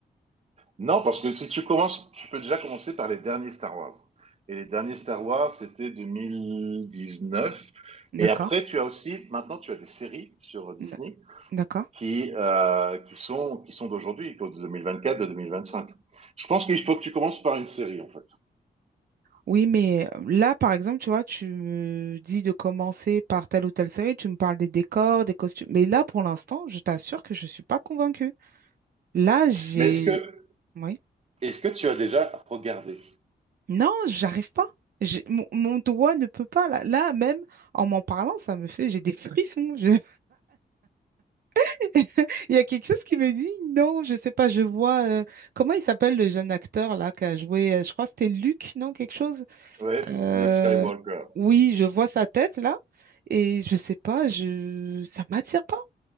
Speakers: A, on the right; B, on the right.
A: Non, parce que si tu commences, tu peux déjà commencer par les derniers Star Wars. Et les derniers Star Wars, c'était 2019.
B: D'accord.
A: Et après, tu as aussi, maintenant, tu as des séries sur Disney
B: N- D'accord.
A: qui, euh, qui sont, qui sont d'aujourd'hui, de 2024, de 2025. Je pense qu'il faut que tu commences par une série, en fait.
B: Oui, mais euh, là, par exemple, tu vois, tu me dis de commencer par telle ou telle série, tu me parles des décors, des costumes. Mais là, pour l'instant, je t'assure que je ne suis pas convaincue. Là, j'ai...
A: Mais est-ce que,
B: Oui.
A: est-ce que tu as déjà regardé
B: Non, j'arrive pas. J'ai- Mon, mon doigt ne peut pas. Là, là, même en m'en parlant, ça me fait... J'ai des frissons. je- <laughs> Il y a quelque chose qui me dit non, je sais pas, je vois... euh, Comment il s'appelle le jeune acteur là qui a joué... euh, Je crois que c'était Luc, non? Quelque chose.
A: ouais,
B: Euh,
A: Luke Skywalker
B: Oui, je vois sa tête là. Et je sais pas, je... ça m'attire pas.